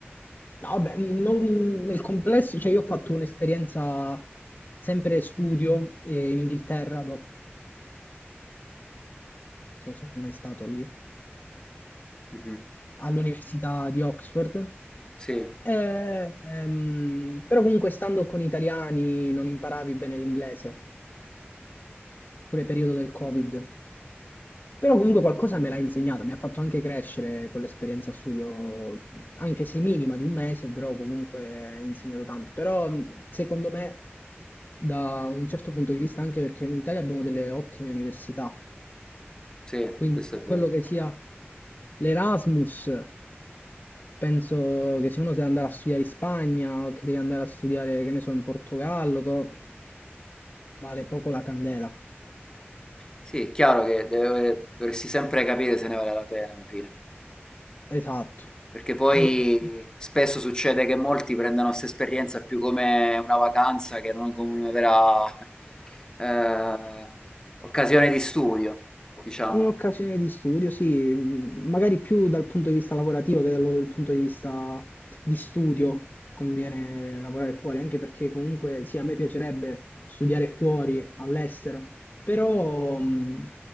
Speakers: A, on the left; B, on the left.
A: no, vabbè, non- nel complesso, cioè io ho fatto un'esperienza sempre studio eh, in Inghilterra, dopo non so se sono mai stato lì,
B: mhm.
A: all'università di Oxford.
B: Sì,
A: E, ehm, però comunque stando con italiani non imparavi bene l'inglese, pure periodo del Covid. Però comunque qualcosa me l'ha insegnata, mi ha fatto anche crescere quell'esperienza a studio, anche se minima di un mese, però comunque ha insegnato tanto. Però mh, secondo me, da un certo punto di vista, anche perché in Italia abbiamo delle ottime università,
B: sì,
A: quindi
B: questo
A: per
B: è vero.
A: quello che sia l'Erasmus, penso che se uno deve andare a studiare in Spagna o che deve andare a studiare, che ne so, in Portogallo, co- vale poco la candela.
B: Sì, è chiaro che deve- dovresti sempre capire se ne vale la pena alla fine,
A: Esatto.
B: perché poi
A: Anche- perché
B: spesso succede che molti prendano questa esperienza più come una vacanza che non come una vera <laughs> eh, occasione di studio, diciamo,
A: Un'occasione di studio, sì, mh, magari più dal punto di vista lavorativo che dal dal punto di vista di studio conviene lavorare fuori, anche perché comunque sì, a me piacerebbe studiare fuori, all'estero, però mh,